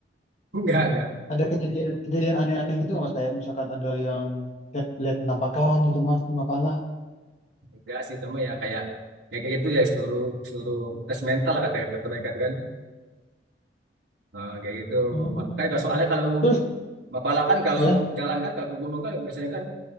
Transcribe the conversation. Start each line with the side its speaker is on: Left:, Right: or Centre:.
Right: <laughs> Enggak, enggak.
Left: Ada kejadian kejadian aneh-aneh gitu nggak, mas. Kayak misalkan ada yang lihat lihat penampakan gitu mas di Mapala.
Right: enggak sih cuma ya kayak ya kayak gitu ya seluruh seluruh tes mental lah kata kata mereka itu kan Nah, kayak gitu
Left: Hmm.
Right: kan kalau- soalnya kalau
Left: Terus
Right: Mapala kan kalau
Left: ya.
Right: jalan kan kalau ke gunung kan biasanya kan